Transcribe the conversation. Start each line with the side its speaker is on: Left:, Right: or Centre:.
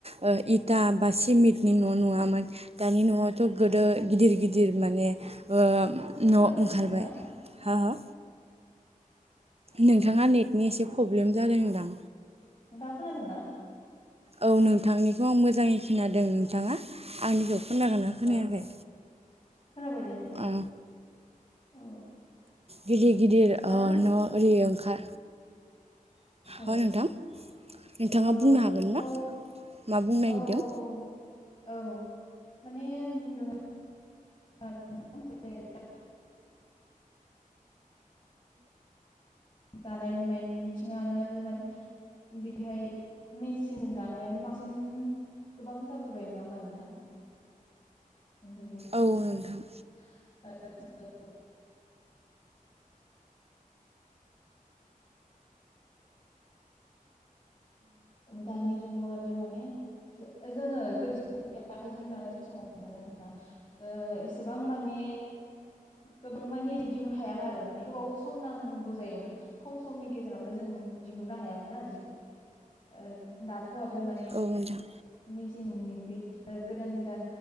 Right: ओ इटा बा सिमेन्टनि न नुवामोन दानि नआवथ गोदो गिदिर गिदिर माने ओ न
Left: खोनाबायना
Right: ओंखारबाय
Left: नोंथाङा
Right: हा हा? नोंथाङा नेटनि एसे प्रब्लेम जादोंदां
Left: नोंथा खोनादोंना?
Right: औ नोंथांनिखौ आं मोजाङै खोनादों नोंथाङा आंनिखौ खोनागोना खोनायाखै?
Left: औ खोनाबाय दे नोंथां
Right: अ
Left: औ
Right: गिदिर गिदिर
Left: दाथ'
Right: ओ
Left: औ
Right: न ओरै ओंखा
Left: औ
Right: हो नोंथां? नोंथाङा
Left: औ
Right: बुंनो हागोन ना
Left: औ
Right: मा बुंनो नागिरदों?
Left: औ औ औ माने ओन बुंदों <unintelligible> <unintelligible> दानाय लुनायनि बिथिङानो माने बिहाय मेचिनजों दानायानो बांसिन गोबां जाबोबाय नङा ओमबा नोंथां? जेरै
Right: औ नोंथां।
Left: <unintelligible> <unintelligible> दानि जुगाव आर दो माने जो जोङो <unintelligible> आखाइजों दानाय समाव मोने जोंहा ओ एसे एसेबां माने गोबां माने जि दिहुन हायामोन आरो माने गोबाव सम नांगौ जायोमोन। खम समनि गेजेरावनो जों दिहुन ना हायामोन ना जिखौ ओन दाथ थ आरो माने
Right: औ नोंथां
Left: मेसिननि बे ओ गोदान गोदान